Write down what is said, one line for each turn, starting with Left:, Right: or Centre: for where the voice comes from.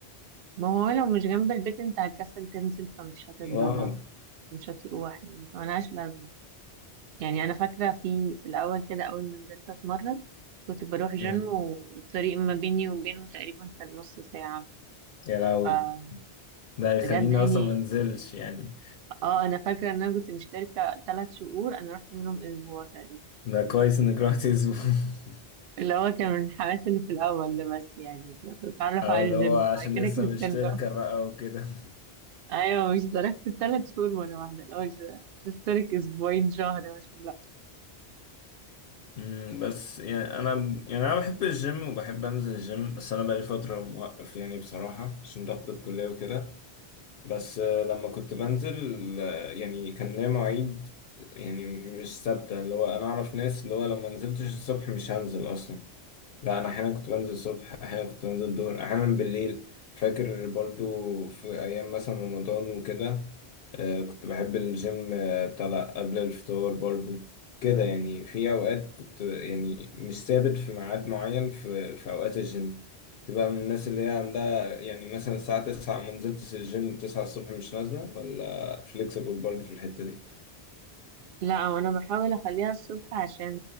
Right: ما هو لو مش جنب البيت انت هتكسل تنزل فمش هتتدرب
Left: واو
Right: مش هتروح يعني ملهاش لازمة يعني انا فاكره في في الاول كده اول ما نزلت اتمرن كنت بروح جيم
Left: مم.
Right: والطريق ما بيني وبينه تقريبا كان نص ساعه
Left: يا لهوي
Right: فبجد
Left: ده يخليني
Right: يعني
Left: اصلا ما انزلش يعني
Right: اه انا فاكره ان انا كنت مشتركه ثلاث شهور انا رحت منهم اسبوع تقريبا
Left: ده كويس انك رحت اسبوع <laughs>
Right: اللي هو كان من الحماس اللي في الاول ده بس يعني بتعرف
Left: اه
Right: على
Left: اللي
Right: الجيم
Left: هو عشان
Right: بعد كده
Left: لسه
Right: كنسلت
Left: مشتركة
Right: <laughs>
Left: بقى وكده <laughs>
Right: ايوه مش اشتركت الثلاث شهور مره واحده اللي هو مش مش هشترك اسبوعين شهر مثلا
Left: مم، بس يعني انا يعني انا بحب الجيم وبحب انزل الجيم بس انا بقالي فترة موقف يعني بصراحة عشان ضغط الكلية وكده بس آه، لما كنت بنزل آه، يعني كان ليا مواعيد يعني مش ثابتة اللي هو أنا أعرف ناس اللي هو لو ما نزلتش الصبح مش هنزل أصلا لا انا احيانا كنت بنزل الصبح احيانا كنت بنزل الظهر احيانا بالليل فاكر برضو في ايام مثلا رمضان وكده آه كنت بحب الجيم آه، بتاع ده قبل الفطار برضو كده يعني في اوقات كنت يعني مش ثابت في ميعاد معين في في اوقات الجيم تبقى من الناس اللي هي عندها يعني مثلا الساعة 9 ما نزلتش الجيم 9 الصبح مش نازلة ولا فليكسبل برضو في الحتة دي
Right: لا وانا بحاول اخليها الصبح عشان